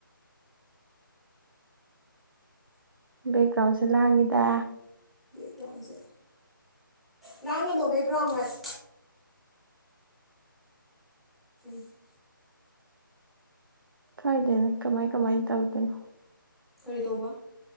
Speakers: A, on the right; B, in the centre.
A: ꯕꯦꯛꯒ꯭ꯔꯥꯎꯟꯁꯦ ꯂꯥꯡꯉꯤꯗ
B: ꯒ꯭ꯔꯥꯎꯟꯁꯦ ꯉꯥꯡꯒꯅꯣ ꯕꯦꯛ ꯒ꯭ꯔꯥꯎꯟ ꯅꫭꯏ <unintelligible>
A: ꯀꯥꯏꯗꯩꯅꫭ ꯀꯃꯥꯏ ꯀꯃꯥꯏꯅ ꯇꯧꯗꯣꯏꯅꯣ
B: ꯀꯔꯤ ꯇꯧꯕ